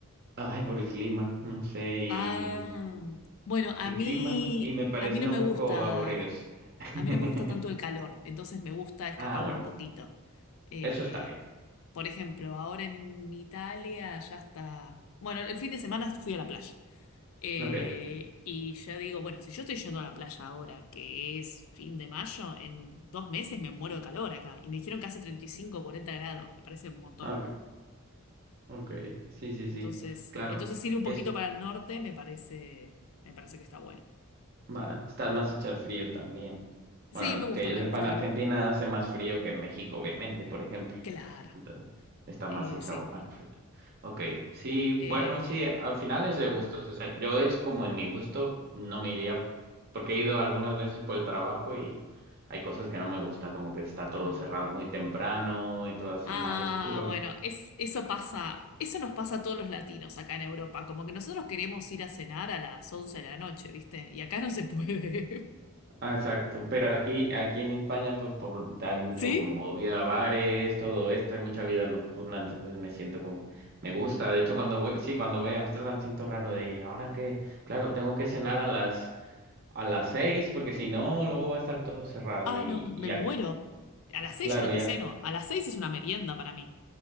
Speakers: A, on the right; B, on the left.
A: Ay, por el clima, no sé, y
B: Ah, bueno, a
A: y
B: mí,
A: clima y me parecen
B: a mí no
A: un
B: me
A: poco
B: gusta,
A: aburridos. <laughs>
B: a mí no me gusta tanto el calor, entonces me gusta escaparme
A: Ah, bueno,
B: un poquito. Eh,
A: eso está bien.
B: por ejemplo, ahora en Italia ya está, bueno, el fin de semana fui a la playa. Eh,
A: Ok,
B: y ya digo, bueno, si yo estoy yendo a la playa ahora, que es fin de mayo, en dos meses me muero de calor acá. Y me dijeron que hace 35 o 40 grados, me parece un montón.
A: ok, ok. Sí, sí, sí,
B: Entonces,
A: claro.
B: entonces ir un poquito
A: Es,
B: para el norte me parece, me parece que está bueno.
A: va, estás más hecho al frío también.
B: Sí,
A: Bueno,
B: me gusta,
A: que yo
B: me
A: sepa,
B: gusta.
A: en Argentina hace más frío que en México, obviamente, por ejemplo.
B: Claro,
A: Entonces, está
B: eh,
A: más hecho
B: sí.
A: al frío. Ok, sí,
B: Eh,
A: bueno, sí, al final es de gustos, o sea, yo es como en mi gusto, no me iría, porque he ido algunas veces por el trabajo y hay cosas que no me gusta, como que está todo
B: ay.
A: cerrado muy temprano y todo así
B: Ah,
A: más oscuro.
B: bueno, es, eso pasa, eso nos pasa a todos los latinos acá en Europa, como que nosotros queremos ir a cenar a las 11 de la noche, ¿viste? Y acá no se puede.
A: Ah, exacto, pero aquí, aquí en España, pues por, hay mucho
B: <laughs>
A: como
B: ¿Sí?
A: vida bares, todo esto, hay mucha vida nocturna, entonces me siento como, me gusta, de hecho cuando voy, sí, cuando voy a Amsterdam siento raro de, ahora que, claro, tengo que cenar a las A las seis, porque si no, luego va a estar todo cerrado.
B: Ah,
A: Y,
B: no, me
A: y ya,
B: muero. A las 6
A: claro,
B: yo no
A: ya,
B: te ceno, a las seis es una merienda para mí.